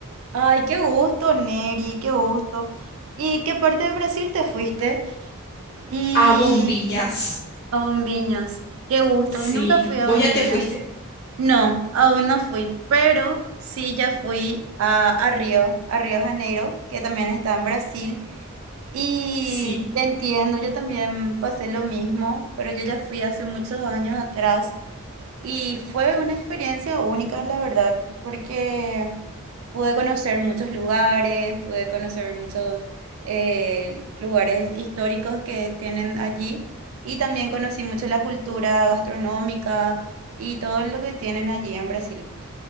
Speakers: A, on the right; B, on the left.
A: Ay, qué gusto, Neri, qué gusto. ¿Y qué parte de Brasil te fuiste? Y
B: A bombiñas.
A: a Bombiños, qué gusto.
B: Sí,
A: Nunca fui a
B: vos
A: Bombiños.
B: ya te fuiste.
A: No, aún no fui, pero sí ya fui a, a Río, a Río de Janeiro, que también está en Brasil. Y
B: Sí,
A: te entiendo, yo también pasé lo mismo, pero yo ya fui hace muchos años atrás y fue una experiencia única, la verdad, porque Pude conocer muchos lugares, pude conocer muchos eh, lugares históricos que tienen allí y también conocí mucho la cultura gastronómica y todo lo que tienen allí en Brasil.